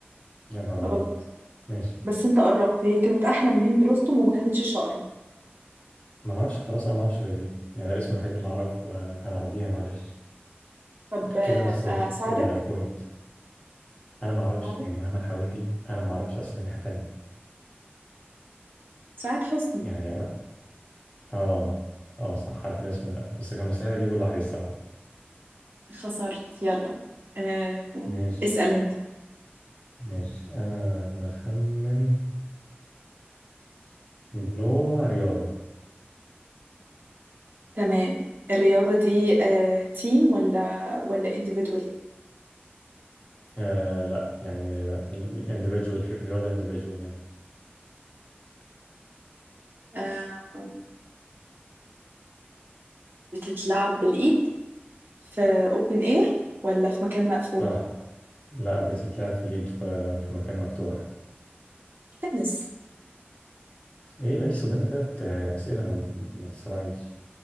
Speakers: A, on the left; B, on the right.
A: يا نهار
B: غلط
A: ابيض ماشي
B: بس انت قربت هي كانت أحلى من هند رستم وما كانتش شقرة
A: ما اعرفش خلاص انا ما اعرفش غير دي يعني ده الاسم الوحيد اللي اعرف آه، هنعديها معلش
B: طب آه،
A: كده انا خسرت
B: أساعدك
A: بوينت انا ما اعرفش
B: أساعدك
A: يعني مهما حاولت انا ما اعرفش اسامي تانية
B: سعاد حسني
A: يعني انا اه اه صح عارف الاسم ده بس كان مستحيل اجيبه لوحدي الصراحه
B: خسرت يلا آه
A: ماشي
B: اسأل انت
A: ماشي انا بخمن نوع رياضه
B: تمام الرياضة دي آه، تيم ولا ولا individually
A: آه لا يعني individual رياضه individual يعني
B: آه، بتتلعب بالإيد في open air ولا في مكان مقفول
A: صح لا بتتلعب في اليد في, في مكان مفتوح
B: تنس
A: ايه انا لسه قدامك تلات آه، اسئله ما, ما تسرعيش